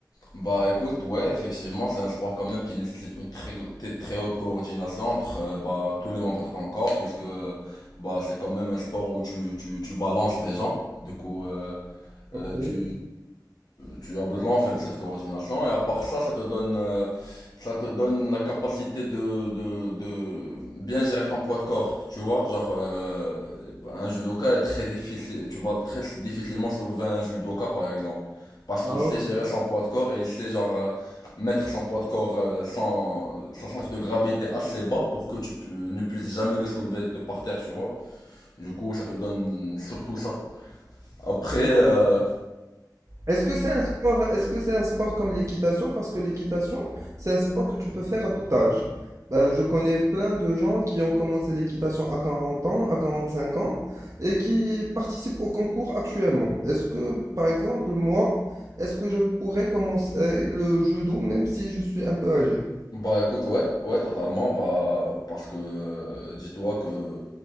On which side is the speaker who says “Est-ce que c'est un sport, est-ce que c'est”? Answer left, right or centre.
Right